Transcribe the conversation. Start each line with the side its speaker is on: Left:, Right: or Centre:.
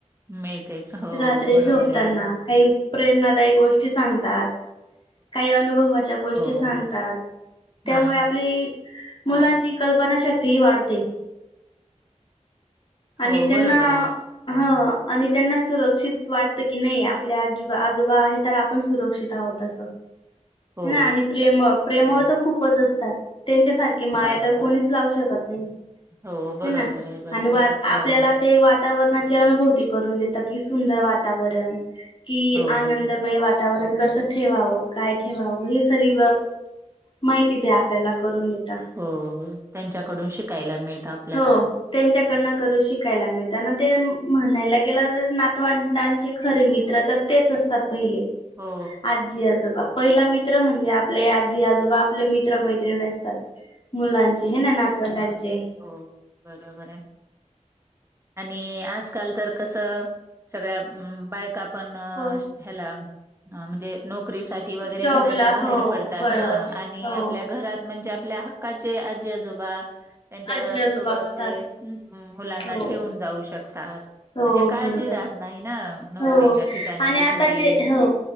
Right: मिळतेच. हो
Left: रात्री
Right: बरोबर
Left: झोपताना
Right: आहे
Left: काही प्रेरणादायी गोष्टी सांगतात. काही अनुभवाच्या गोष्टी
Right: हो
Left: सांगतात त्यामुळे
Right: हा
Left: आपली मुलांची कल्पना शक्ती ह वाढते. आणि
Right: हो
Left: त्यांना
Right: बरोबर ना
Left: ह आणि त्यांना सुरक्षित वाटतं की नाही आपल्या आजोबा आजोबा आहे तर पण सुरक्षित आहोत असं.
Right: हो
Left: ह ना आणि प्रेम प्रेमळ तर खूपच असतात त्यांच्या सारखे की
Right: खूप
Left: माया
Right: असतात
Left: तर कोणीच लावू शकत नाही.
Right: हो बरोबर
Left: ह ना
Right: आहे बरोबर
Left: आणि वा
Right: आहे
Left: आपल्याला
Right: हो
Left: ते वातावरणा अनुभूती करून देतात कि सुंदर वातावरण कि
Right: हो
Left: आनंदमय वातावरण कसं ठेवावं काय ठेवावं हे सरी माहिती ते आपल्याला करून देता.
Right: हो त्यांच्याकडून शिकायला मिळतात.
Left: हो. त्यांच्याकडन करून शिकायला मिळतात, आणि ते म्हणायला गेलं नातवाडांचे खरे मित्र तर तेच असतात पहिले.
Right: हो
Left: आजी, आजोबा पहिला मित्र म्हणजे आपले आजी, आजोबा आपले मित्र मैत्रीण असतात. मुलांचे हे ना नातवंडांचे
Right: हो बरोबर आहे. आणि आजकाल तर कसं सगळ्या बायक ण
Left: हो
Right: ह म्हणजे न वगैरे
Left: जॉबला
Right: घराच्या बाहेर
Left: हो
Right: पडतात
Left: बरोबर
Right: ना आणि
Left: हो
Right: आपल्या घरात म्हणजे आपल्या हक्काचे आजी आजोबा त्यांच्या
Left: आजी आजोबा
Right: सोबत
Left: असतात
Right: ते मुलांना
Left: हो
Right: ठेवून जाऊ शकतात
Left: हो
Right: म्हणजे काळजी
Left: बरोबर
Right: राहत नाही ना नोकरीच्या
Left: हो
Right: ठिकाणी
Left: आणि
Right: कि
Left: आताचे
Right: घरी
Left: हो